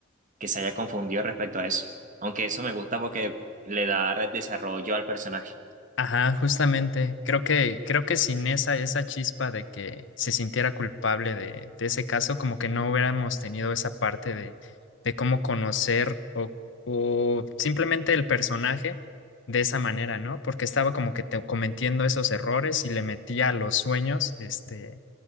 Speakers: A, on the right (about 40°); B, on the left (about 60°).
A: que se haya confundido respecto a eso. Aunque eso me gusta porque le da desarrollo al personaje.
B: Ajá, justamente. Creo que, creo que sin esa, esa chispa de que se sintiera culpable de, de ese caso, como que no hubiéramos tenido esa parte de, de cómo conocer o, o simplemente el personaje de esa manera, ¿no? Porque estaba como que te- cometiendo esos errores y le metía a los sueños, este,